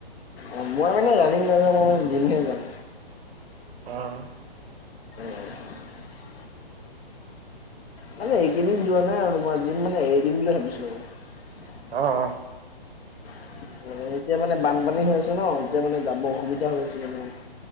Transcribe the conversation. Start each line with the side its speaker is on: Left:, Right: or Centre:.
Left: অ মই মানে ৰানিং নাযাওঁ, মই মানে যিমহে যাম।
Right: অঁহ।
Left: উম। মানে এইকেইদিন যোৱা নাই আৰু মই যিম মানে এৰি দিম বুলি ভাবিছোঁ আৰু।
Right: অ-অ <unintelligible>
Left: <inaudible> অ এতিয়া মানে বানপানী হৈ আছে ন, এতিয়া মানে যাব অসুবিধা হৈ আছে মানে। ঽ শৱ নন্টন্টছ ৈউ